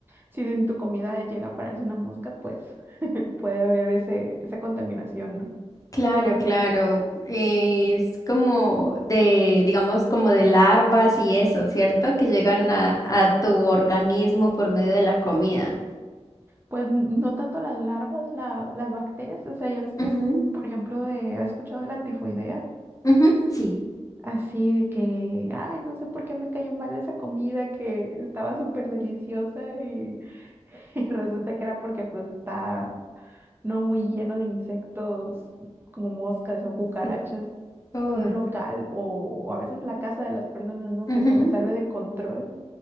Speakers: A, on the right; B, on the left.
A: si en tu comida llega a pararse una mosca, pues <laughs> puede haber ese, esa contaminación, ¿no?
B: Claro, claro. Eh, Es como de, digamos, como de larvas y eso, ¿cierto? Que llegan a, a tu organismo por medio de la comida.
A: Pues no tanto las larvas, la- las bacterias, o sea, ya ves que,
B: Ujú,
A: por ejemplo, de, ¿has escuchado de la tifoidea?
B: ujú, Sí.
A: Así de que, ay, no sé por qué me cayó mal esa comida que estaba súper deliciosa y, <laughs> y resulta que era porque pues está no muy lleno de insectos como moscas o cucarachas,
B: sí. Oh,
A: un local o, o a veces la casa de las personas, ¿no?
B: ujú,
A: Que se les sale de control,